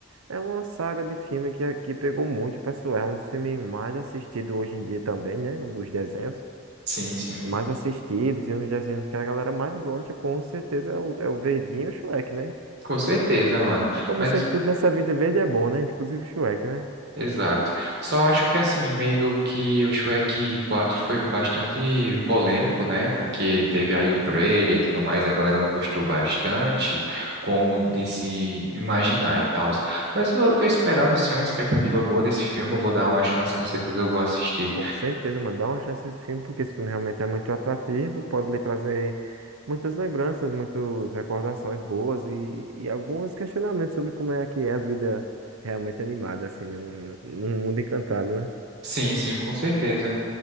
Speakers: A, on the right; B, on the right.
A: É uma saga de filme que, que pegou muito, pessoal. É um dos filmes mais assistidos hoje em dia também, né? Um dos desenhos.
B: Sim, sim.
A: mais assistidos e uns desenhos que a galera mais gosta, com certeza, é o, é o Verdinho e o Shrek, né?
B: Com certeza, mano.
A: E como
B: Mas
A: sempre, tudo nessa vida verde é bom, né? Inclusive o Shrek, né?
B: Exato. Só acho que assim, meio que o Shrek 4 foi bastante polêmico, né? Porque teve aí o trailer e tudo mais, a galera não gostou bastante, como de se imaginar e tal. Mas eu tô esperando sim uma expectativa boa desse filme, eu vou dar uma chance, com certeza eu vou assistir.
A: Com certeza, mano, dá uma chance a esse filme, porque esse filme realmente é muito atrativo, pode lhe trazer muitas lembranças, muitas recordações boas e, e alguns questionamentos sobre como é que é a vida realmente animada, assim, num, num mundo encantado, né?
B: Sim, sim, com certeza.